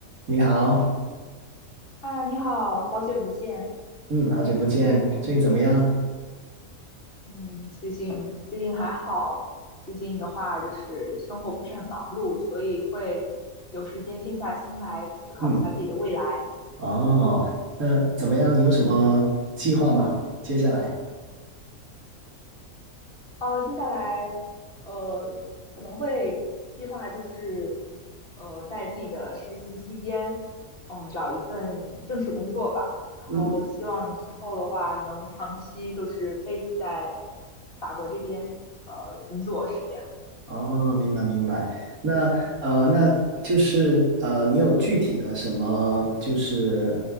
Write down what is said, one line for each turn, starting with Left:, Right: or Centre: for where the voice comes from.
Right: 你好，
Left: 啊，你好，好久不见。
Right: 嗯，好久不见，最近怎么样？
Left: 嗯，最近最近还好，最近的话就是生活不是很忙碌，所以会有时间静下心来思考一下自己的未来。
Right: 嗯哦，那怎么样？有什么计划吗？
Left: 嗯，
Right: 接下来？
Left: 呃，接下来呃可能会计划就是呃在自己的实习期间，嗯，找一份正式工作吧。然后希望之后的话能长期就是
Right: 嗯，
Left: base 在法国这边呃工作是这样。
Right: 哦，明白明白。那呃，
Left: 嗯。
Right: 那就是呃，你有具体的什么就是